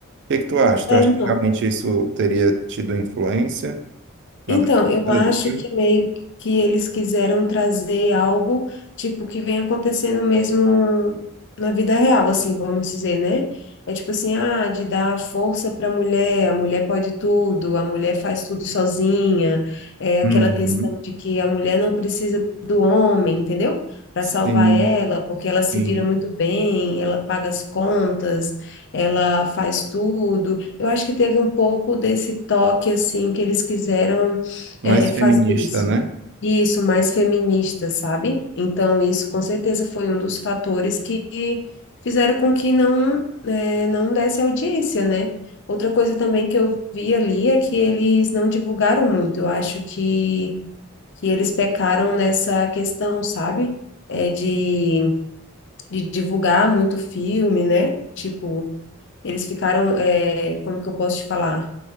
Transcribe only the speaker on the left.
É,
não.
Então, eu
acho
que meio que eles quiseram trazer algo tipo que vem acontecendo mesmo na vida real, assim, vamos dizer, né? É tipo assim, ah, de dar força para a mulher, a mulher pode tudo, a mulher faz tudo sozinha, é aquela
questão de que a mulher não precisa do homem, entendeu? Para
salvar ela, porque ela se
vira muito bem, ela paga as contas, ela faz tudo. Eu acho que teve um pouco desse toque assim que eles quiseram
é,
fazer isso.
Isso, mais feminista, sabe? Então, isso com certeza foi um dos fatores que fizeram com que não, é, não desse audiência, né? Outra coisa também que eu vi ali é que eles não divulgaram muito. Eu acho que, que eles pecaram nessa questão, sabe? É de, de divulgar muito filme, né? Tipo, eles ficaram, é, como que eu posso te falar?